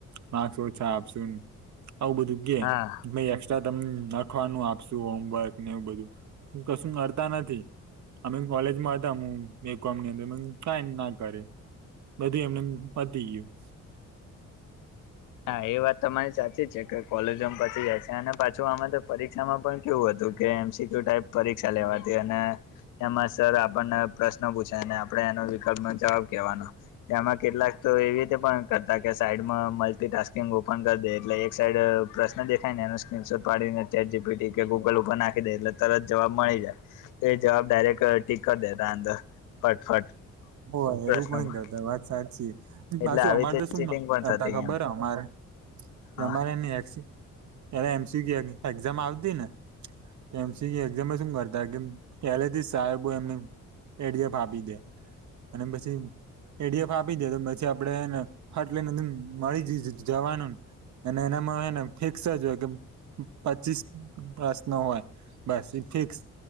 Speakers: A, on the right; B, on the left.
A: માક્સૅ ઓછા આપશુંન આવું બધું કે
B: હા
A: અમે એકક્સ્ટ્રા તમ લખવાનું આપશું હોમવર્ક ને એવું બધું. કશું કરતા નથી. અમે કોલેજમાં હતા હું બી કોમ ની અંદર કઈ ના કર્યું. બધું એમનેમ પતી ગ્યું.
B: હા, એ વાત તમારી સાચી જ છે કે કોલેજોમ પછી હશે અને પાછું અમે તો પરીક્ષામાં પણ કેવું હતું કે એમ સી ક્યુ ટાઈપ પરીક્ષા લેવાતી અને એમાં સર આપણને પ્રશ્ન પૂછે ને આપણે એનો વિકલ્પનો જવાબ કેવાનો. તેમાં કેટલાક તો એવી રીતે પણ કરતા કે સાઈડમાં મ લ્ટિટાસ્કિંગ ઓપન કરી દે એટલે એક સાઈડ પ્રશ્ન દેખાયને એનું સ્ક્રીનશોટ પાડીને ચેટ જી પી ટી કે ગૂગલ ઉપર નાખી દે એટલે તરત જવાબ મળી જાય. તે જવાબ ડાયરેક્ટ ટિક કર દેતા અંદર ફટફટ.
A: બોલ
B: પ્રશ્નોમાં
A: એવું પણ કરતા. વાત સાચી, પાછું
B: એટલે આવી
A: અમારે
B: રીતે
A: તો શું
B: ચીટિંગ પણ
A: કરતા
B: થતી
A: ખબર
B: એમ
A: અમારે
B: હા
A: તમારેની એસી લે હવે એમ સી ક્યુ એક્ઝામ આવતીને તો એમ સી કયું એક્ઝામમાં શું કર કે પહેલેથી સાહેબો એમને એ ડી એફ આપી દે. અને પછી એ ડી એફ આપી દે તો પછી આપડેને ફટ લઈનેદ મળી જ જ જવાનું. અને એનામાં હોય ને ફિક્સ જ હોય કે પચીસ પ્રશ્નો હોય. બસ એ ફિક્સ